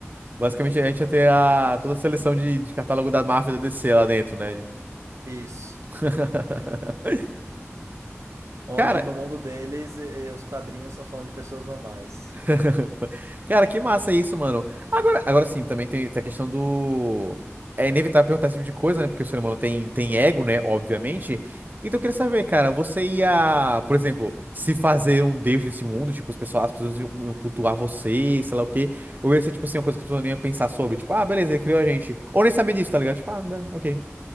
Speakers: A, on the right; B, on the right.
A: basicamente a gente ia ter a, toda a seleção de, de catálogo da máfia da DC lá dentro, né?
B: isso.
A: <laughs>
B: Onde
A: Cara,
B: no mundo deles, eh, os quadrinhos são falando de pessoas normais.
A: <laughs> Cara, que massa isso, mano. Agora, agora sim, também tem, tem a questão do. É inevitável perguntar esse tipo de coisa, né? Porque o ser humano tem, tem ego, né? Obviamente. Então eu queria saber, cara, você ia, por exemplo, se fazer um deus desse mundo, tipo, os pessoal, as pessoas iam iam cultuar você, sei lá o quê. Ou ia ser, tipo assim, uma coisa que as pessoas nem iam pensar sobre, tipo, ah, beleza, ele criou a gente. Ou nem sabia disso, tá ligado? Tipo, ah, bem, ok.